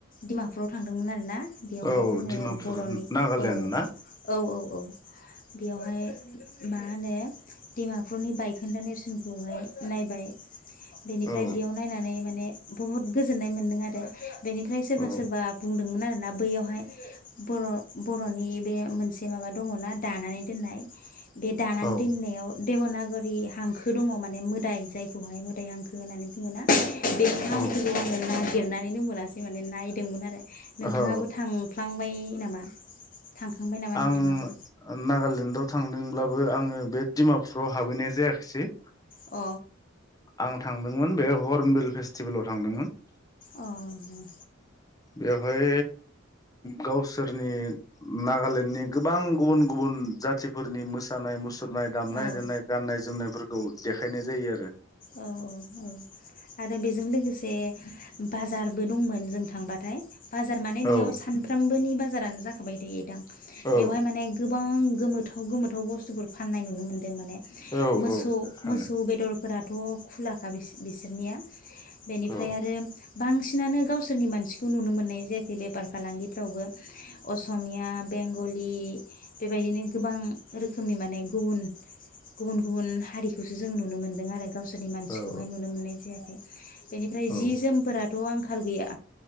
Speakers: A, on the left; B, on the left.
A: डिमापुराव थांदोंमोन आरो ना। बेवहाय
B: औ
A: जोङो
B: डिमापुर
A: बर'नि
B: नागालेण्ड
A: औ
B: ना
A: औ औ। औ बेयावहाय मा होनो डिमापुरनि बायखोन्दा नेरसोनखौहाय नायबाय बेनि ओमफ्राय
B: औ
A: बेयाव नायनानै माने बहुत गोजोननाय मोन्दों आरो बेनिफ्राय सोरबा
B: औ
A: सोरबा बुं दोंमोन आरोना बैयावहाय बर' बर'नि बे मोनसे माबा दङना दानानै दोननाय बे दानानै
B: औ
A: दोननायाव देबनागरि हांखो दङ माने मोदाय जायखौहाय मोदाय हांखो होननानै बुङोना बे हांखोखौ
B: औ
A: आङो ना लिरनानैनो मोनासै माने नायदोंमोन आरो नोंथाङाबो
B: औ
A: थांफ्लांबाय नामा थांखांबाय नामा
B: आं
A: नोंथाङाबो
B: नागालेण्डाव थांदोंब्ला बो आङो बे डिमापुराव हाबहैनाय जायाखिसै
A: अ
B: आं थांदोंमोन बे हर्नबिल फेस्टिभेलाव थांदोंमोन
A: अ उम
B: बेवहाय गावसोरनि नागालेण्डनि गोबां गुबुन गुबुन जाथिफोरनि मोसानाय मुसुर सुरनाय दामनाय
A: औ
B: देनाय गाननाय जोमनाय फोरखौ देखायनाय जायो आरो
A: औ औ औ आरो बेजों लोगोसे बाजारबो दंमोन जों थांबाथाय बाजार माने
B: आरो
A: बेयाव सानफ्रामबोनि बाजा जारानो जाखाबाय थायो दां
B: औ
A: बेवहाय माने गोबां गोमोथाव गोमोथाव बुस्थुफोर फाननाय नुनो मोन्दों माने
B: औ
A: मोसौ
B: औ फानो
A: मोसौ बेदर फोराथ खुलाखा बि बिसोरनिया बेनिफ्राय
B: औ
A: आरो बांसिनानो गावसोरनि मानसि खौ नुनो मोननाय जायाखै बेफार फालांगिफ्रावबो असमिया बेंगलि बेबायदिनो गोबां रोखोमनि माने गुबुन गुबुन गुबुन हारि खौसो जों नुनो मोन दों आरो गावसोरनि मानसिखौहाय
B: औ
A: नुनो मोननाय जायाखै बेनिफ्राय
B: औ
A: जि जोमफोरा थ' आंखाल गैया